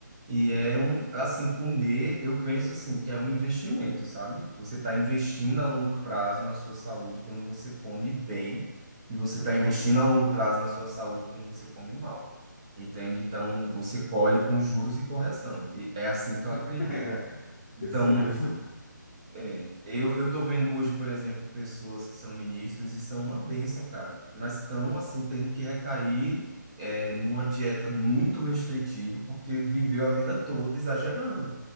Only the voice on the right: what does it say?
E
é
um, assim, comer, eu penso assim, que é um investimento, sabe? Você está investindo a longo prazo na sua saúde quando você come bem, e você
está investindo a longo prazo na sua saúde quando você come mal. Entende? Então, você colhe com juros e correção. E é assim que eu
acredito. Então,
é, eu, eu tô vendo hoje, por exemplo, pessoas que são ministros e são uma bênção, cara, mas estão, assim, tendo que recair é, numa dieta muito restritiva, porque viveu a vida toda exagerando,